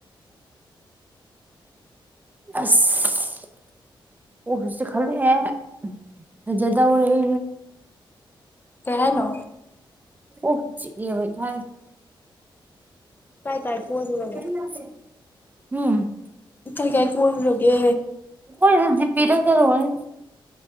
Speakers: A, on the right; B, on the left.
A: ꯑꯁ ꯀꯣꯛꯁꯨ ꯆꯤꯛꯈꯜꯂꯛꯑꯦ ꯐꯖꯗꯧꯔꯤ
B: ꯀꯩ ꯍꯥꯏꯅꯣ
A: ꯀꯣꯛꯄꯨ ꯆꯤꯛꯑꯦꯕ <unintelligible>
B: ꯀꯥꯏ ꯀꯥꯏ ꯀꯣꯏꯔꯨꯔꯒꯦ
A: <unintelligible> ꯍꯨꯝ
B: ꯀꯥꯏ ꯀꯥꯏ ꯀꯣꯏꯔꯨꯔꯒꯦ
A: ꯑꯩꯈꯣꯏꯗ ꯖꯤꯄꯦꯗꯧ ꯇꯧꯔꯣꯏꯅꯦ